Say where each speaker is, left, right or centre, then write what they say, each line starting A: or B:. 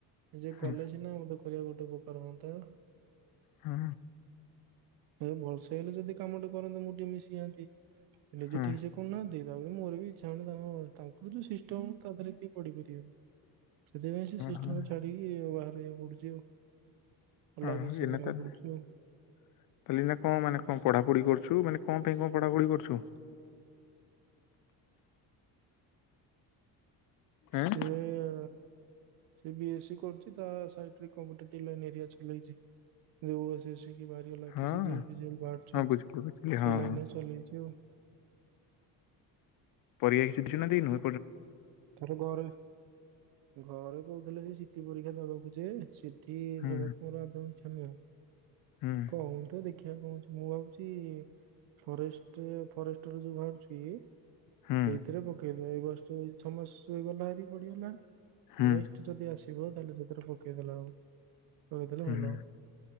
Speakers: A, on the right (about 75°); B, on the left (about 55°).
A: ନି ଯ
B: ହଁ
A: କଲେଜ ନା ମୋତେ କରିବା ଗୋଟେ ପ୍ରକାର ହୁଅନ୍ତା।
B: ହଁ
A: ଭଲସେ ହେଲେ ଯଦି କାମ ଟେ କରନ୍ତେ ମୁଁ ଟିକେ ମିଶି ଯାଆନ୍ତି <unintelligible>
B: ହଁ ଓହୋ।
A: ଠିକ ସେ କହୁନାହାନ୍ତି ତାପରେ ମୋରବି ଇଚ୍ଛା ହଉନି ତାଙ୍କର ଯୋଉ ସିଷ୍ଟମ ତା ଦେହରେ କିଏ ପଡିିପାରିବ। ସେଥିପାଇଁ ସେ ସିଷ୍ଟମ
B: ହଁ
A: ଛାଡିକି ବାହାରିବାକୁ ପଡୁଛି ଆଉ। ଅଲଗା
B: ହଁ
A: କିଛି ସବୁ
B: ଏ ନା
A: କରିବାକୁ
B: ତା ତାହେଲେ
A: ପଡୁଛି ଆଉ।
B: ଏଇନା କଣ ମାନେ କଣ ପଢାପଢି କରୁଛୁ ମାନେ କଣ? ପାଇଁ କଣ ପଢାପଢ଼ି କରୁଛୁ?
A: ସେ
B: ଏଁ
A: ଏ। ସେ ବି ଏସ୍ ସି କରୁଛି ତା ସାଇଡରେ କଣ ଗୋଟେ <unintelligible> ଏରିଆ ଚଲେଇଛି। ଓ ଏସ୍ ଏସ୍ ସି କି ବାହାରିଗଲା
B: ହଁ
A: କି ସି ଜି ଏଲ୍ ଫି ଜି ଏଲ୍ ବାହାରୁଛି।
B: ହଁ ବୁଝିଲି ବୁଝିଲି
A: ସେ
B: ହଁ
A: ଲାଇନରେ
B: ହଁ
A: ଚଲେଇଚି ଆଉ।
B: ପରୀକ୍ଷା କିଛି ଦେଇଛୁ ନା ଦେଇ ନୁ।
A: ତାର ଘରେ ଘରେ କହୁଥିଲେ ଯେ ସିଟି ପରୀକ୍ଷା ଦବାକୁ ଯେ ସି ଟି
B: ହୁଁ
A: ଦେବାକୁ ମୋର ଅନ୍ଦୌ ଇଛା ନୁହେଁ।
B: ହୁଁ
A: କହନ୍ତୁ ଦେଖି ଆ କଣ ହଉଚି, ମୁଁ ଭାବୁଛି ଫରେଷ୍ଟ ଫରେଷ୍ଟର ଯୋଉ ବାହାରୁଛି।
B: ହୁଁ
A: ସେଇଥିରେ ପକେଇଦବା ଏବର୍ଷ ଛମାସ ଗଲାହେରି ବଢିଗଲା।
B: ହୁଁ
A: ନେକ୍ସଟ୍ ଯଦି ଆସିବ ତାହଲେ ସେଥିରେ ପକେଇଦେଲେ ହବ। ପକେଇଦେଲେ
B: ହୁଁ
A: ଭଲ ହବ।